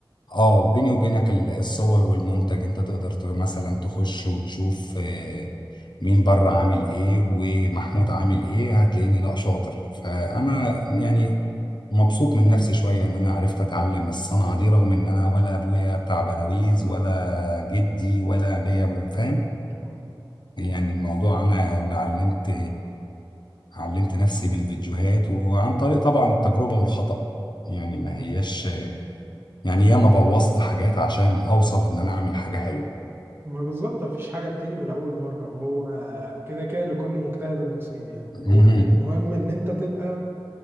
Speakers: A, on the left; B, on the right.
A: اه بيني وبينك ال- الصور
B: مم.
A: والمنتج انت تقدر ت- مثلا تخش وتشوف آه، مين بره عامل ايه ومحمود
B: مم.
A: عامل ايه هتلاقيني لا شاطر فانا يعني مبسوط من نفسي شوية إن أنا عرفت أتعلم الصنعة دي رغم إن أنا ولا أبويا بتاع بلاويز ولا جدي ولا ليا فاهم
B: مم.
A: يعني الموضوع أنا اللي علمت علمت نفسي بالفيديوهات وعن طريق طبعا التجربة والخطأ يعني
B: مم.
A: ما هياش يعني ياما بوظت حاجات عشان أوصل إن أنا أعمل حاجة حلوة
B: ما بالظبط مفيش حاجة بتيجي من أول مرة وهو كده كده لكل مجتهد النصيب يعني
A: مهم.
B: هو ال- المهم إن أنت تبقى